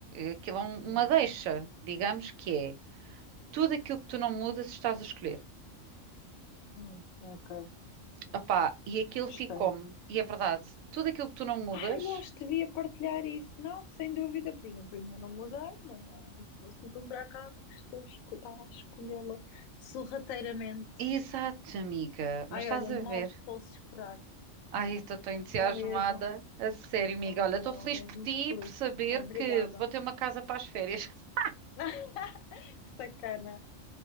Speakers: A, on the right; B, on the left.
A: aquilo é um-
B: Hum,
A: uma deixa, digamos que é tudo aquilo que tu não mudas estás a escolher.
B: hum, ok,
A: Opá, e aquilo
B: gostei.
A: ficou-me, e é verdade, tudo aquilo que tu não mudas,
B: Ah, eu acho que devia partilhar isso. Não, sem dúvida. Por exemplo, eu ainda não mudei, ainda não, não consegui comprar casa, mas estou a esco- estava a escolhê-la sorrateiramente.
A: exato, amiga,
B: Ai,
A: mas estás
B: olha,
A: a
B: mal
A: ver.
B: posso esperar.
A: Ai, estou tão entusiasmada.
B: Estou mesmo,
A: A sério, amiga.
B: também
A: Olha, estou
B: eu
A: feliz
B: mesmo
A: por ti
B: feliz.
A: e por saber
B: Ai, obrigada.
A: que vou ter uma casa para as férias. <laughs>
B: <laughs> Sacana.